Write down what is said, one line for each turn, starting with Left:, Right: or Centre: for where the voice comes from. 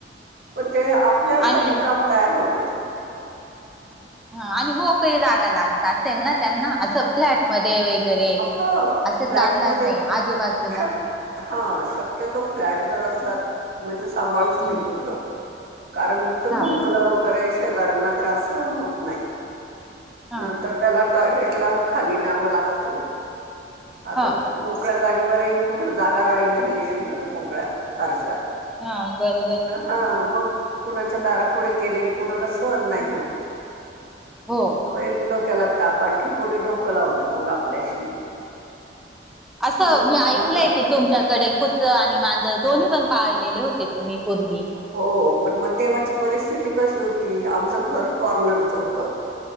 Right: पण ते आपल्यासाठी
Centre: आणि
Right: काम तयार होतो.
Centre: हा आणि मोकळही जागा लागत असेल ना त्यांना असं. फ्लॅट मध्ये वगैरे
Right: हो
Centre: असं
Right: फ्लॅटमध्ये
Centre: चालणार नाही आजूबाजूला
Right: शक हा शक्यतो फ्लॅट जर असलात म्हणजे सांभाळूच
Centre: हम्म.
Right: नाही कुत्र कारण ते
Centre: हा
Right: भुंकलं वगैरे शेजऱ्यांना त्रास सहन होत नाही
Centre: हा
Right: नंतर त्याला टॉयलेटला खाली न्यावं लाग त आता
Centre: हा
Right: मोकळ्या जागेवरही कुठे जागा राहिल्या नाही शिल्लक मोकळ्या फारश्या
Centre: हा बरोबर.
Right: हा मग कुणाच्या दारापुढे केलेली कुणाला सहण नाही होत
Centre: हो.
Right: तो एक डोक्याला ताप आणखी कोणी डोक लावत मग आपल्याशी
Centre: असं
Right: मग
Centre: मी ऐकलंय
Right: हा
Centre: की? तुमच्याकडे कुत्र आणि मांजळ दोन्ही पण पाळलेले होते तुम्ही पूर्वी.
Right: हो पण मग तेव्हाची परिस्थिती कशी होती आमचं घर कॉर्नरचं होत.